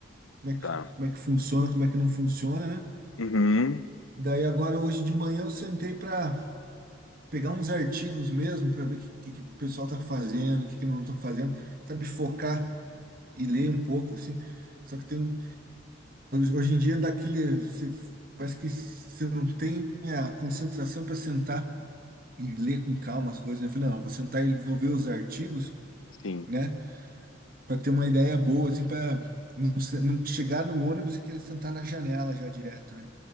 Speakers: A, on the right; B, on the left.
A: como é que,
B: Tá.
A: como é que funciona, como é que não funciona, né?
B: Uhum.
A: Daí agora hoje de manhã eu sentei para pegar uns artigos mesmo, para ver o que, que, que o pessoal tá fazendo, o que, que não estão fazendo, sabe, focar e ler um pouco, assim. Só que tem um, hoje em dia dá aquele, você- parece que você não tem a concentração para sentar e ler com calma as coisas, né? Eu falei, não, eu vou sentar e vou ver os artigos,
B: Sim.
A: né? para ter uma ideia boa, assim, para não, se- não chegar no ônibus e querer sentar na janela já direto, né?